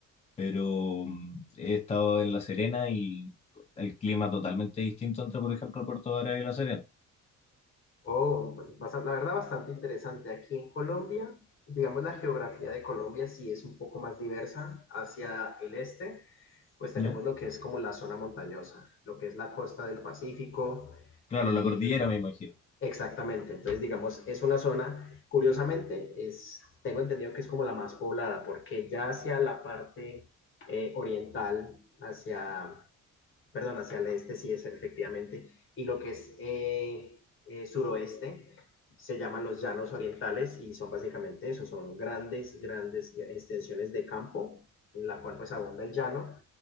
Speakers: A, on the left (about 20°); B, on the left (about 45°).
A: pero mm, he estado en La Serena y el clima totalmente distinto entre, por ejemplo, Puerto Varas y La Serena.
B: Oh, basa- la verdad, bastante interesante. Aquí en Colombia, digamos, la geografía de Colombia sí es un poco más diversa. Hacia el este, pues tenemos
A: ¿Ya?
B: lo que es como la zona montañosa, lo que es la costa del Pacífico
A: Claro,
B: y
A: la cordillera me imagino.
B: Exactamente, entonces digamos, es una zona, curiosamente, es, tengo entendido que es como la más poblada, porque ya hacia la parte eh, oriental, hacia perdón, hacia el este sí es efectivamente, y lo que es eh, eh, suroeste se llaman los llanos orientales y son básicamente eso, son grandes, grandes extensiones de campo en la cual pues abunda el llano.